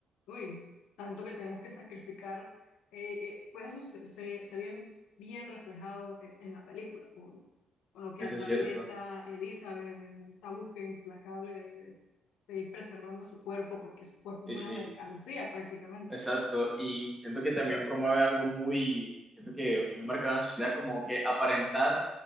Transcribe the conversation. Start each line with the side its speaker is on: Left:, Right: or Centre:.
Left: uy, tanto que tenemos que sacrificar. Eh, eh, pues eso se, se, se ve bien bien reflejado en, en la película, con, con lo que
Centre: eso
Left: atraviesa
Centre: es cierto.
Left: Elizabeth, en esta búsqueda implacable de, de seguir preservando su cuerpo, porque su cuerpo
Centre: Y
Left: es una
Centre: sí.
Left: mercancía prácticamente.
Centre: Exacto, y siento que también promueve algo muy, siento que muy marcado en la sociedad, como que aparentar